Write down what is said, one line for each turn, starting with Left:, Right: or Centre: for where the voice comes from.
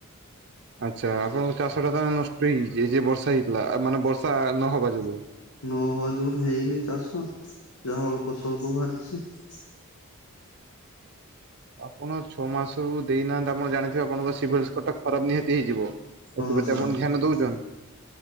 Right: ଆଚ୍ଛା ଆପଣଙ୍କ ଚାଷ ଟା ତାହେଲେ ନଷ୍ଟ ହେଇଯାଇଛି ଏ ଯିଏ ବର୍ଷା ହେଇଥିଲା ମାନେ ବର୍ଷା ନହବା ଯୋଗୁ।
Left: ନ ହବା ଯୋଗୁ ହେଇନି ଚାଷ ଯାହା ଅଳ୍ପ ସ୍ୱଳ୍ପ ବାହାରିଛି।
Right: ଆପଣ ଛଅ ମାସରୁ ଦେଇନାହାନ୍ତି ଆପଣ ଜାଣିଥିବେ ଆପଣଙ୍କ <unintelligible> ଖରାପ ନିହାତି ହେଇଯିବ। ଏଥିପ୍ରତି
Left: ହଁ ସାର୍।
Right: ଆପଣ ଧ୍ୟାନ ଦଉଛନ୍ତି?